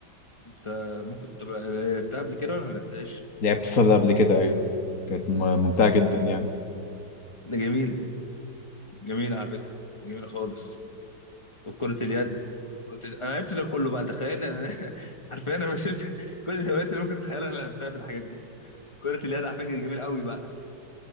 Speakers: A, on the left; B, on the left.
A: انت ممكن تبقى لعبتها قبل كده ولا ما لعبتهاش؟
B: لعبت صيد قبل كده ايوه كانت م- ممتعة جدا يعني
A: جميلة جميلة على فكرة جميلة خالص وكرة اليد كنت انا لعبت ده كله بقى تخيل انا <laughs> حرفيا انا مشيت <laughs> كل الهوايات اللي ممكن تتخيلها انا لعبتها في الحاجات دي كرة اليد على فكرة جميلة قوي بقى